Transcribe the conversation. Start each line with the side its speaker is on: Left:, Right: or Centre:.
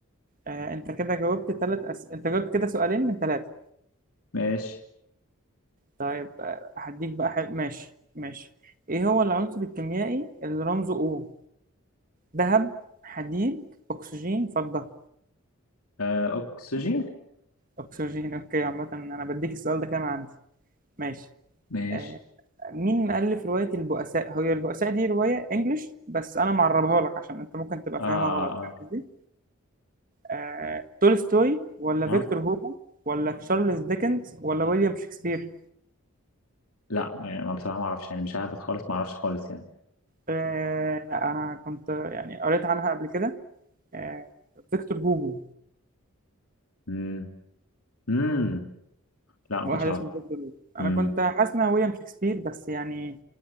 Right: آه، أنت كده جاوبت ثلاث أس... أنت جاوبت كده سؤالين من ثلاثة
Left: ماشي
Right: طيب آه، هديك بقى حل... ماشي ماشي إيه هو العنصر الكيميائي اللي رمزه O ذهب حديد أكسجين فضة
Left: آه اكسجين
Right: أكسجين أوكي عامة أنا بديك السؤال ده كمان عندي ماشي
Left: ماشي
Right: آه، مين مؤلف رواية البؤساء؟ هي البؤساء دي رواية انجلش بس انا معربها لك عشان انت ممكن تبقى
Left: اه اه
Right: فاهمها غلط فاهم قصدي؟ آه، تولستوي ولا
Left: اه
Right: فيكتور
Left: آه.
Right: هوجو ولا تشارلز ديكنز ولا ويليام شكسبير؟
Left: لا يعني ما بصراحة ما اعرفش يعني مش عارف خالص ما اعرفش خالص يعني
Right: آه، لا انا كنت يعني قريت عنها قبل كده آه، فيكتور هوجو
Left: امم امم لا ما
Right: واحد
Left: كنتش اعرف
Right: اسمه فيكتور هوجو انا
Left: امم
Right: كنت حاسس انها ويليام شكسبير بس يعني